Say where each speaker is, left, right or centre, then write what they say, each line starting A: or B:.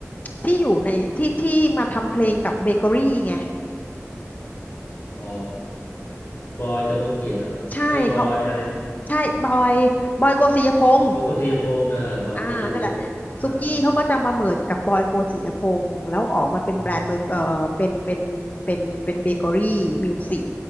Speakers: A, on the left; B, on the left.
A: ที่อยู่ในที่ที่มาทำเพลงกับเบเกอรี่ไง
B: อ๋อบอยตะกลเกียรติเหรอไอ้บอยอะไร
A: ใช่เขาใช่บอยบอยโกสิยพงษ์
B: บอยโกสิยพงษ์อ่าบอยโกสิยพงษ์อ่า
A: อ่านั่นแหละซุกี้เขาก็จะมาเมิร์จกับบอยโกสิยพงษ์แล้วออกมาเป็นแบรนด์เบอร์เออเป็นเป็นเป็นเป็นเบเกอรี่มิวสิก
B: อืม